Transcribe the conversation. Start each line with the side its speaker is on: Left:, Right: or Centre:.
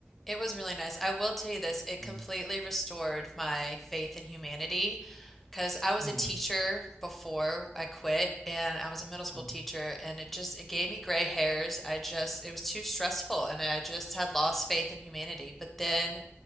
Centre: It was really nice. I will tell you this, it
Right: Mm.
Centre: completely restored my faith in humanity because I was
Right: Mm.
Centre: a teacher before I quit and I was a middle school
Right: Mm.
Centre: teacher and it just it gave me gray hairs. I just it was too stressful and I just had lost faith in humanity. But then